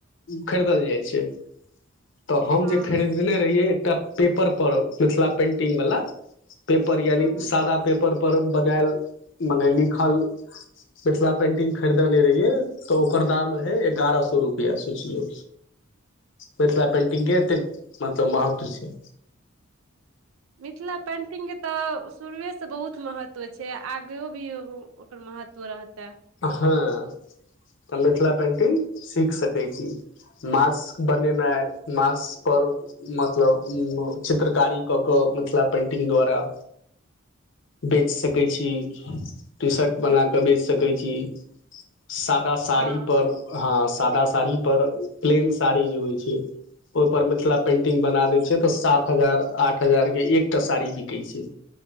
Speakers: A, on the left; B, on the right.
A: खरीदल जाइ छैइ तऽ हम
B: हँ
A: जे खरीदने रहियै एकटा पेपरपर मिथिला पेन्टिंग वला पेपर यानि
B: हँ
A: सादा पेप पर पर बनायल मने लिखल मिथिला पेंटिंग खरीदने रहिये तऽ ओकर दाम रहैइ एगारह सए रुपैआ सोचिलियौ मिथिला पेंटिंग के एतेक मतलब महत्व छैइ
B: मिथिला पेन्टिंगके तऽ शुरुएसँ बहुत महत्व छैक आगे भी ओकर महत्व रहता
A: हँ तऽ मिथिला पेंटिंग सीख सकैत छी मास्क बनेनाइ मास्क पर मतलब उ चित्रकारी कऽ कऽ मिथिला पेन्टिंग द्वारा बेच सकैत छी टी शर्ट बना क बेच सकैत छी सादा साड़ी
B: हँ
A: पर हँअ सादा साड़ी पर प्लेन साड़ी जे होइ छैइ ओपर मिथिला पेंटिंग बना दैत छैकतऽ सात हजार आठ हजार के एकटा साड़ी बिकैत छैक